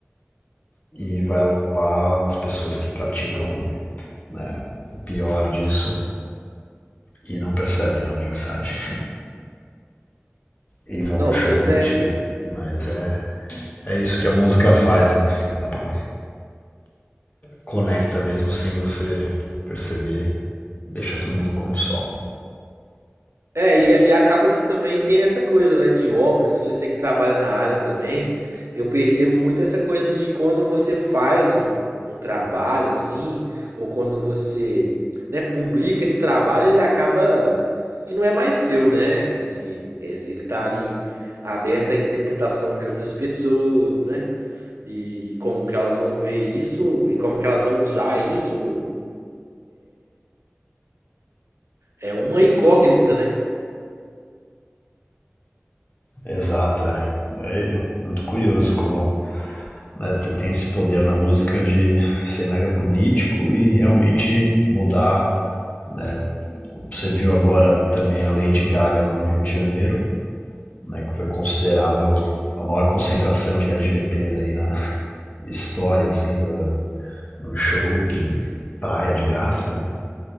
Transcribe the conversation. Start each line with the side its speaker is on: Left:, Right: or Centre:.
Left: E vai lá as pessoas que praticam né, o pior disso e não percebem a mensagem e vão
Right: Não,
Left: no show
Right: pois
Left: curtir.
Right: é.
Left: Mas é, é isso que a música faz, né? Ela conecta mesmo sem você perceber, deixa todo mundo como só.
Right: É, e, e acaba que também tem essa coisa, né, de obra, assim, eu sei que trabalha na área também, eu percebo muito essa coisa de quando você faz um, um trabalho, assim, ou quando você, né, publica esse trabalho, ele acaba que não é mais seu, né, assim, esse- ele tá ali aberto à interpretação de outras pessoas, né, e como que elas vão ver isso, e como que elas vão usar isso, é uma incógnita, né?
Left: Exato, é. É muito curioso como né, você tem esse poder na música de ser mega político e realmente mudar. né? Você viu agora também a Lady Gaga no Rio de Janeiro, né, que foi considerado a maior concentração de LGBTs aí na história, assim, da, um show de praia de graça, né?